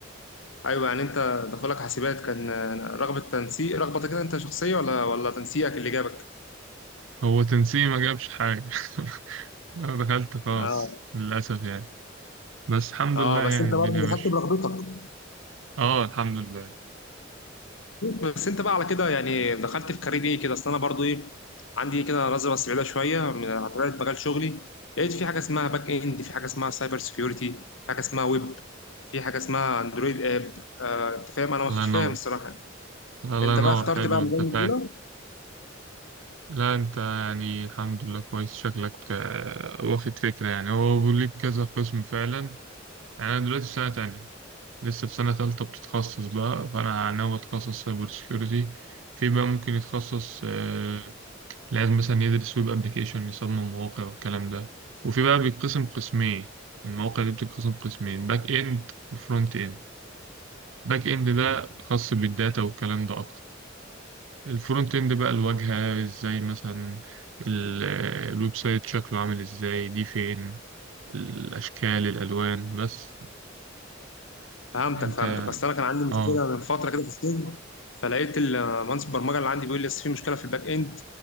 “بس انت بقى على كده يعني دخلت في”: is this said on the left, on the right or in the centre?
Left